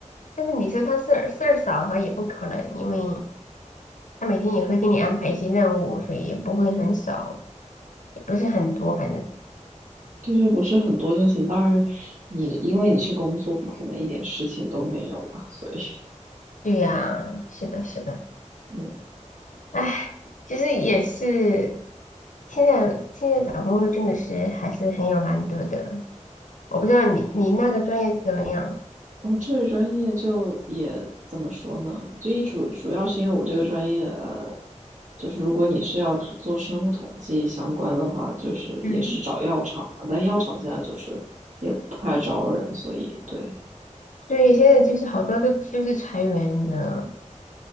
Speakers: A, on the left; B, on the right.
A: 但是你说他事儿事儿少的话也不可能，因为他每天也会给你安排一些任务，所以也不会很少，也不是很多，反正
B: 对，就不是很多就行。当然你，因为你去工作，不可能一点事情都没有嘛，所以
A: 对呀，是的，是的，
B: 嗯。
A: 唉，其实也是，现在现在找工作真的是还是很有难度的，我不知道你你那个专业怎么样？
B: 哦，这个专业就也怎么说呢？就一主主要是因为我这个专业，呃，就是如果你是要是做生物统计相关的话，就是也是找药厂嘛，
A: 嗯，
B: 但药厂现在就是也不太招人，所以对
A: 对，现在就是好多都就是裁员的，